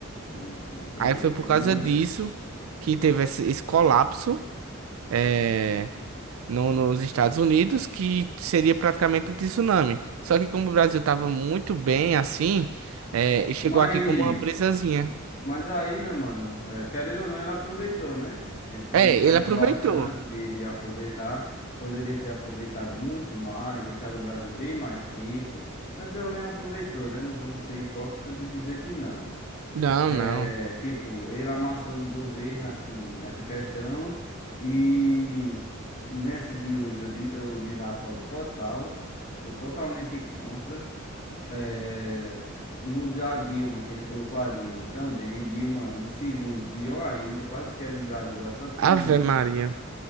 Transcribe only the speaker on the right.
Aí foi
por causa
disso que teve esse, esse colapso eh, no- nos Estados Unidos, que seria praticamente um tsunami. Só que como o Brasil estava muito bem assim, eh, chegou
aqui como uma brisazinha.
É,
ele aproveitou.
Não,
não.
Ave
Maria.